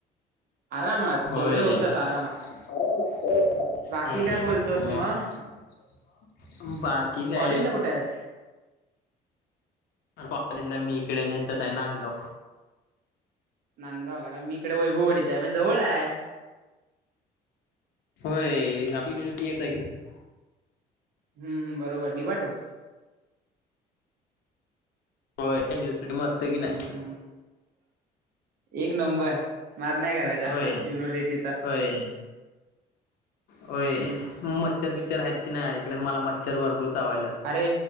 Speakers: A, on the right (about 60°); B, on the left (about 70°).
A: आरामात
B: होय
A: तेवढे होतात आरामात.
B: <unintelligible>
A: बाकी काय बोलतोस मग
B: बाकी काय?
A: कॉलेजला कुठे आहेस
B: अन कॉलेजला मी इकडे नेचत आहे नांदगाव.
A: नांदगावला काय, मी इकडे वैभवाडीत आहे. म्हणजे जवळ आहेस.
B: होय आपली <unintelligible>
A: हम्, ह बरोबर डीबाटू
B: हो <unintelligible> नसिटी मस्त
A: हम्म
B: की नाही
A: हम्म <inaudible> नंबर नाद नाही करायचा
B: होय,
A: युनिव्हर्सिटीचा
B: होय- होय
A: हम्म हम्म.
B: मच्छर बिच्चर आहेत की नाही इकडे मला मच्छर भरपूर चावायला.
A: अरे